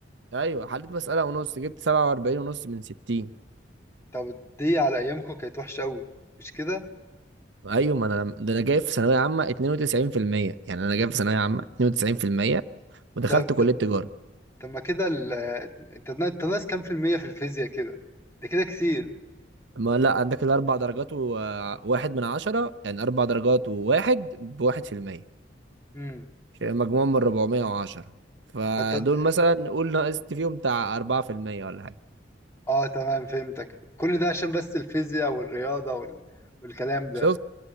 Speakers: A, on the right; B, on the left.
A: ايوه حليت مساله ونص جبت 47 ونص من 60
B: طب دي على ايامكم كانت وحشه قوي مش كده
A: ايوه ما انا ده انا جايب في ثانويه عامه 92% يعني انا جايب في ثانويه عامه 92% ودخلت
B: طب
A: كليه
B: ده-
A: تجاره
B: طب ما كده ال- انت انت ناقص كام في الميه في الفيزياء كده ده كده كتير
A: ما لا عندك الاربع درجات وواحد من عشرة يعني اربع درجات وواحد بواحد في المية
B: امم
A: مجموعة من ربعمية وعشرة فدول
B: طب-
A: مثلا نقول نقصت فيهم بتاع اربعة في المية ولا حاجة
B: اه تمام فهمتك كل ده عشان بس الفيزياء والرياضه وال... والكلام ده
A: شفت